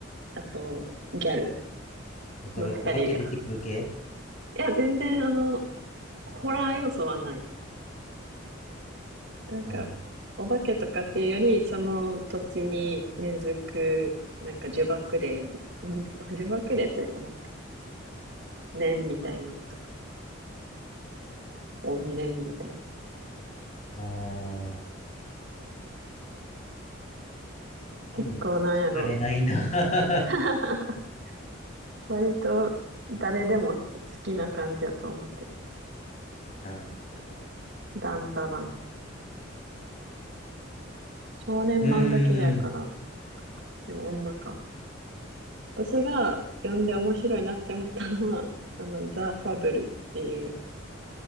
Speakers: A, on the right; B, on the left.
A: あと、ギャル
B: え、これ、
A: の二人が。
B: お化け出てくる系
A: いや、全然、あの、ホラー要素はない。なんか、
B: あー
A: お化けとかっていうより、その土地に根付く、なんか呪縛霊、<laughs> うん呪縛霊というかなんか、念みたいなのとか、怨念みたいな。
B: あー、
A: 結構なんやろ、
B: 多分、聞かれないな。<laughs>
A: <laughs> 割と誰でも好きな感じやと思うけど。
B: なんだだん。
A: ダンダダン。少年漫画系やから、
B: うーん。
A: でもあんまか。私が読んで面白いなって思ったのは、あの、ザ・ファブルっていう、